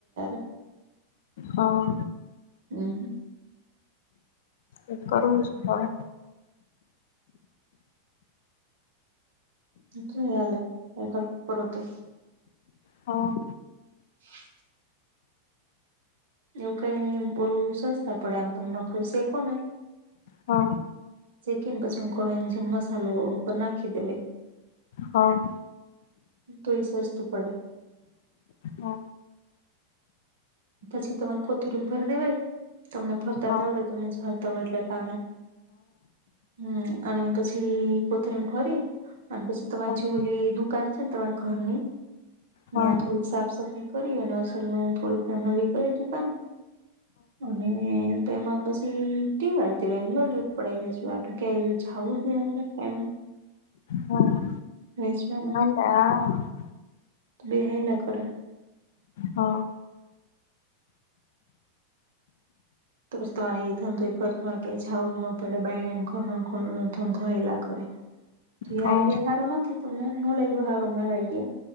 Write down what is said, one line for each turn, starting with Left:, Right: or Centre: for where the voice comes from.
Right: <unintelligible>
Left: હા
Right: હમમ.
Left: એ કરવુ જ પડે.
Right: કેટલી વાર લા <unintelligible> કરો તો
Left: હા.
Right: <inaudible> એવું કઈ બોલું સજતા પડે આમ તમે નોકરી શેખો ને
Left: હા.
Right: સેકી ને પછી હું કવ જેમ મસાલો ઉપર નાખી દેવાય.
Left: હા.
Right: તોય એ સસ્તુ પડે.
Left: હા.
Right: પછી તમારે કોતરીમ ભરી દેવ. તમને ભરતા
Left: હા
Right: તો આવડે તમે જતા હોય એટલે કામે હમમ અને પછી કોથમીર ભર્યે અને પછી તમારી
Left: હા
Right: જે ઓલી દુકાન છે ને તમારા ઘરની ત્યાં
Left: હા
Right: થોડી સાફ સફાઈ કરી અને અસલ ને થોડી નવી કરી દુકાન અને એમાં પછી ટીવી હારુ દેવાનું લય હા ખાવું પીવુ નહી આપ
Left: હા.
Right: વેચવાના
Left: હા.
Right: બેહયલા કરે.
Left: હા.
Right: તો બસ તમારે એ ધંધો એ કરે તમારે કઈ જાવું જ ન પડે બાયના ને ઘર ધંધો હાયલા કરે. તો
Left: હા
Right: આઈડિયા
Left: હા
Right: હારો નથી તમને નો લાયગો સારો મારો આઈડિયા.